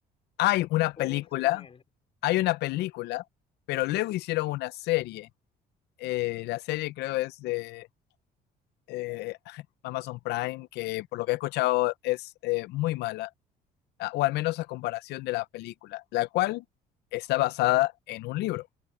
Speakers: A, on the left (about 80°); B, on the left (about 35°).
A: hay una
B: O
A: película,
B: estoy mal.
A: hay una película, pero luego hicieron una serie. Eh, la serie creo es de eh, <laughs> Amazon Prime, que por lo que he escuchado es eh, muy mala, ah, o al menos a comparación de la película, la cual está basada en un libro,